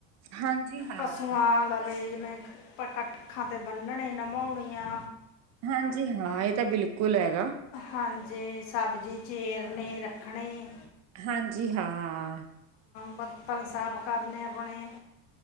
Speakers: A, on the right (about 40°); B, on the left (about 80°).
A: ਹਾਂਜੀ ਹਾਂ
B: ਪਸੂਆਂ ਲਵੇ ਜਿਵੇਂ ਕੱਖਾਂ ਤੇ ਬੰਨਣੇ ਨਭਾਉਣੀਆਂ
A: ਹਾਂਜੀ ਹਾਂ ਇਹ ਤਾਂ ਬਿਲਕੁਲ ਹੈਗਾ
B: ਹਾਂਜੀ, ਸਬਜ਼ੀ ਚੀਰਨੀ ਰੱਖਣੀ।
A: ਹਾਂਜੀ ਹਾਂ
B: ਬਰਤਨ ਸਾਫ਼ ਕਰਨੇ ਆਪਣੇ।